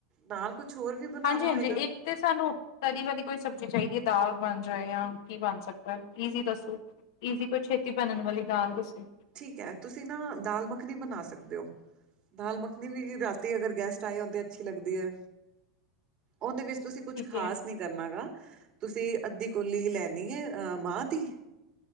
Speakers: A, on the right (about 40°); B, on the left (about 65°).
A: ਨਾਲ ਕੁਛ ਹੋਰ ਵੀ ਬਣਾਣਾ
B: ਹਾਂਜੀ ਹਾਂਜੀ
A: ਹੋਏਗਾ
B: ਇੱਕ ਤੇ ਸਾਨੂੰ ਤਰੀ ਵਾਲੀ ਕੋਈ ਸਬਜ਼ੀ ਚਾਹੀਦੀ ਐ ਦਾਲ ਬਣ ਜਾਏ ਜਾਂ ਕੀ ਬਣ ਸਕਦਾ ਈਜ਼ੀ ਦੱਸੋ? ਈਨੀ ਕੋਈ ਛੇਤੀ ਬਨਨ ਵਾਲੀ ਦਾਲ ਦੱਸੋ?
A: ਠੀਕ ਐ, ਤੁਸੀ ਨਾ ਦਾਲ ਮੱਖਨੀ ਬਨਾ ਸਕਦੇ ਔ ਦਾਲ ਮੱਖਨੀ ਵੀ ਰਾਤੀ ਅਗਰ ਗੈਸਟ ਆਏ ਹੋਨ ਤੇ ਅੱਛੀ ਲੱਗਦੀ ਐ ਉਂਦੇ ਵਿੱਚ ਤੁਸੀ ਕੁਛ
B: ਠੀਕ
A: ਖਾਸ
B: ਹੈ
A: ਨੀ ਕਰਨਾ ਹੇਗਾ, ਤੁਸੀ ਅੱਧੀ ਕੋਲੀ ਲੈਨੀ ਏ ਅ, ਮਾਂ ਦੀ